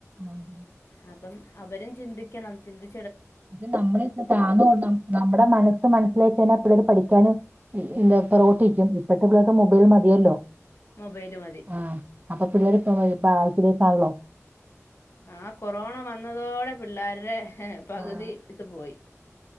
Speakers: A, on the right; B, on the left.
A: ഉം.
B: അപ്പം അവരും ചിന്തിക്കണം ചിന്തി
A: ത് നമ്മള് താന്നൊട് നമ്മ് നമ്മുടെ മനസ്സ് മനസ്സിലാക്കാ പിള്ളേര് പഠി ക്കാനും ഇ ഇന്താ ത്തറോട്ടിക്കും ഇപ്പത്തെ പിള്ളേര്ക്ക് മൊബൈൽ മതിയല്ലോ
B: മൊബൈല് മതി
A: ആഹ് അപ്പൊ പിള്ളേര് ഇപ്പ <unintelligible> ആഴത്തിലേക്കാണല്ലോ.
B: ആ കൊറോണ വന്നതോടെ പിള്ളാരുടെ പകുതി
A: ആ
B: ഇത് പോയി.